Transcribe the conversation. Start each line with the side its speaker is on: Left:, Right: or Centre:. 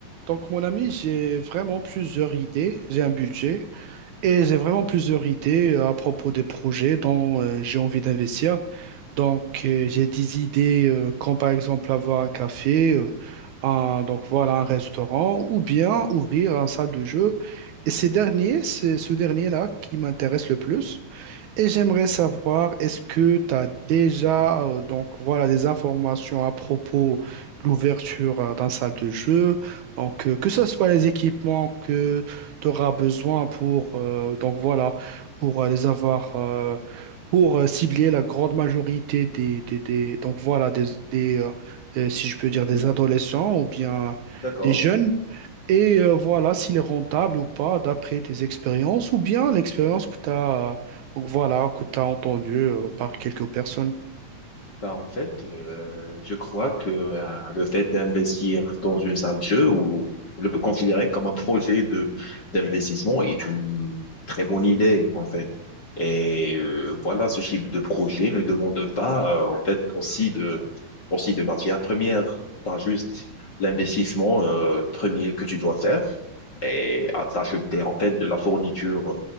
Right: Donc, mon ami, j'ai vraiment plusieurs idées. J'ai un budget et j'ai vraiment plusieurs idées euh, à propos des projets dont euh, j'ai envie d'investir. Donc, euh, j'ai des idées euh, comme par exemple avoir un café, euh, un, donc voilà, un restaurant ou bien ouvrir une salle de jeu. Et ces derniers, c'est ce dernier-là qui m'intéresse le plus. Et j'aimerais savoir, est-ce que tu as déjà euh, donc voilà des informations à propos de l'ouverture euh, d'un salle de jeu, donc euh, que ce soit les équipements que tu auras besoin pour euh, donc voilà pour euh, les avoir euh, pour euh, cibler la grande majorité des, des, des- donc voilà des, des, euh, euh, si je peux dire
Left: le client.
Right: des adolescents ou bien
Left: D'accord.
Right: des jeunes. Et euh, voilà, s'il est rentable ou pas, d'après tes expériences, ou bien l'expérience que tu as, donc voilà, que tu as entendue euh, par quelques personnes.
Left: Bah, en fait, euh, je crois que euh, le fait d'investir dans une salle de jeu ou le considérer comme un projet de d'investissement est une très bonne idée, en fait. Et euh, voilà, ce type de projet ne demande pas, euh, en fait, aussi de aussi de matières premières. T'as juste l'investissement euh, premier que tu dois faire et à t'acheter en fait de la fourniture